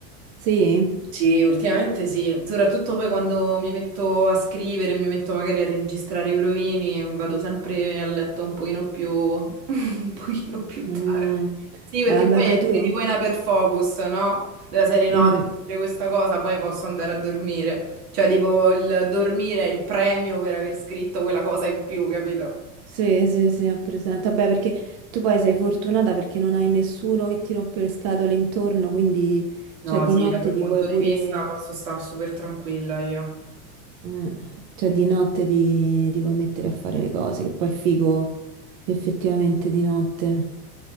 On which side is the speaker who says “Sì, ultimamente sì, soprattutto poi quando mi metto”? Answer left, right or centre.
Right